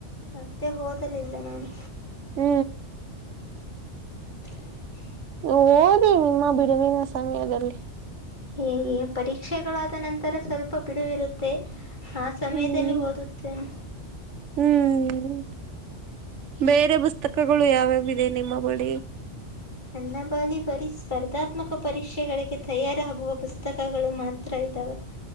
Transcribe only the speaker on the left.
ಮತ್ತೆ ಹಓದಲಿಲ್ಲ ನಾನು
ಹ
ಹ ಪರೀಕ್ಷೆಗಳಾದ ನಂತರ ಸ್ವಲ್ಪ ಬಿಡುವಿರುತ್ತೆ ಹಾ ಸಮಯದಲ್ಲಿ
ಓದುತ್ತೇನೆ
ನನ್ನ ಬಾಲಿ ಬರೀ ಸ್ಪರ್ಧಾತ್ಮಕ ಪರೀಕ್ಷೆಗಳಿಗೆ ತಯಾರಾಗುವ ಪುಸ್ತಕಗಳು ಮಾತ್ರ ದಾವ